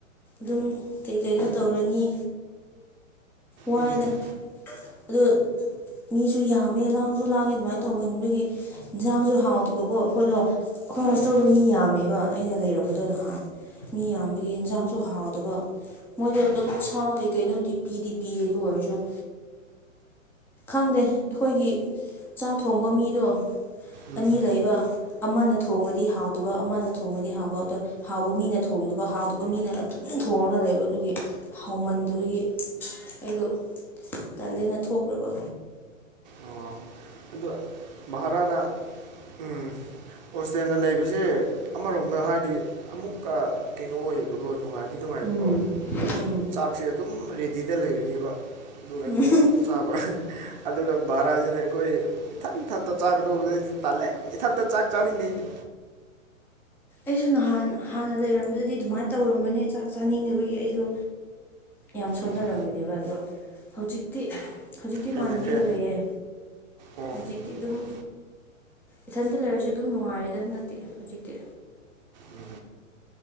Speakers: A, in the centre; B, on the right.
A: ꯗꯨꯝ ꯀꯩ ꯀꯩꯅꯣ ꯇꯧꯔꯅꯤ ꯋꯥꯏꯗ
B: ꯎꯝ
A: ꯑꯗꯨ ꯃꯤꯁꯨ ꯌꯥꯝꯃꯦ ꯂꯥꯡꯖꯨ ꯂꯥꯡꯉꯦ ꯑꯗꯨꯃꯥꯏ ꯇꯧꯒꯟꯕꯒꯤ ꯏꯟꯖꯥꯡꯖꯨ ꯍꯥꯎꯇꯕꯒꯣ ꯑꯩꯈꯣꯏꯗꯣ ꯑꯩꯈꯣꯏ ꯍꯣꯁꯇꯦꯜꯗꯣ
B: ꯎꯝ
A: ꯃꯤ ꯌꯥꯝꯃꯦꯕ ꯑꯩꯅ ꯂꯩꯔꯝꯕꯗꯣ ꯅꯍꯥꯟ ꯃꯤ ꯌꯥꯝꯕꯒꯤ ꯌꯦꯟꯖꯥꯡꯁꯨ ꯍꯥꯎꯗꯕ ꯃꯣꯏꯗꯣ ꯑꯗꯨꯝ
B: ꯎꯝ
A: ꯁꯥ ꯀꯩꯀꯩꯅꯣꯗꯤ ꯄꯤꯗꯤ ꯄꯤꯌꯦꯗꯨ ꯑꯣꯢꯔꯁꯨ ꯈꯪꯗꯦ ꯑꯩꯈꯣꯏꯒꯤ ꯆꯥꯛ ꯊꯣꯡꯕ ꯃꯤꯗꯣ
B: ꯎꯝ
A: ꯑꯅꯤ ꯂꯩꯕ ꯑꯃꯅ ꯊꯣꯡꯉꯗꯤ ꯍꯥꯎꯇꯕ ꯑꯃꯅ ꯊꯣꯡꯉꯗꯤ ꯍꯥꯎꯕ ꯑꯗꯣ ꯍꯥꯎꯕ ꯃꯤꯅ ꯊꯣꯡꯗꯕ ꯍꯥꯥꯎꯇꯕ ꯃꯤꯅ ꯑꯗꯨꯝ ꯊꯣꯡꯔꯒ ꯂꯩꯕ ꯑꯗꯨꯒꯤ ꯍꯥꯎꯃꯟꯗꯕꯒꯤ ꯑꯩꯗꯣ ꯇꯜꯂꯦꯅ ꯊꯣꯛꯈ꯭ꯔꯕ
B: ꯑꯣ ꯑꯗꯣ ꯃꯍꯔꯥꯅ ꯎꯝ ꯍꯣꯁꯇꯦꯜꯗ ꯂꯩꯕꯖꯦ ꯑꯃꯔꯣꯝꯗ ꯍꯥꯏꯗꯤ ꯑꯃꯨꯛꯀ ꯀꯩꯅꯣ ꯑꯣꯏꯌꯦꯕꯀꯣ ꯅꯨꯡꯉꯥꯏꯗꯤ ꯅꯨꯡꯉꯥꯏꯕꯀꯣ
A: ꯎꯝ ꯎꯝ
B: ꯆꯥꯛꯁꯦ ꯑꯗꯨꯝ ꯔꯦꯗꯤꯗ ꯂꯩꯔꯅꯤꯕ ꯑꯗꯨꯒ ꯑꯩꯈꯣꯏ
A: ꯎꯝ
B: ꯑꯃꯨꯛ ꯆꯥꯕ ꯑꯗꯨꯒ ꯕꯔꯥꯖꯤꯅ ꯑꯩꯈꯣꯏ ꯏꯊꯟꯊꯟꯇ ꯆꯥꯒꯗꯧꯕ ꯑꯩꯗꯤ ꯇꯥꯜꯂꯦ ꯏꯊꯟꯇ ꯆꯥꯛ ꯆꯥꯅꯤꯡꯗꯦ ꯑꯩꯗꯤ
A: ꯑꯩꯁꯨ ꯅꯍꯥꯟ ꯍꯥꯟꯅ ꯂꯩꯔꯝꯕꯗꯗꯤ ꯑꯗꯨꯃꯥꯏꯟ ꯇꯧꯔꯝꯕꯅꯦ ꯆꯥꯛ ꯆꯥꯅꯤꯡꯗꯕꯒꯤ ꯑꯩꯗꯣ ꯌꯥꯝ ꯁꯣꯟꯊꯔꯝꯕꯅꯦꯕ
B: ꯎꯝ
A: ꯑꯗꯣ ꯍꯧꯖꯤꯛꯇꯤ ꯍꯧꯖꯤꯛꯇꯤ
B: ꯍꯩꯅꯈ꯭ꯔꯦ
A: ꯃꯥꯟꯕꯤꯒ ꯂꯩꯌꯦ
B: ꯑꯣ
A: ꯍꯧꯖꯤꯛ ꯇꯤꯑꯗꯨꯝ
B: ꯑꯣ
A: ꯏꯊꯟꯇ ꯂꯩꯔꯁꯨ ꯑꯗꯨꯝ ꯅꯨꯡꯉꯥꯏꯔꯦꯗ ꯍꯟꯗꯛꯇꯤ ꯍꯨꯖꯤꯛꯇꯤ
B: ꯎꯝ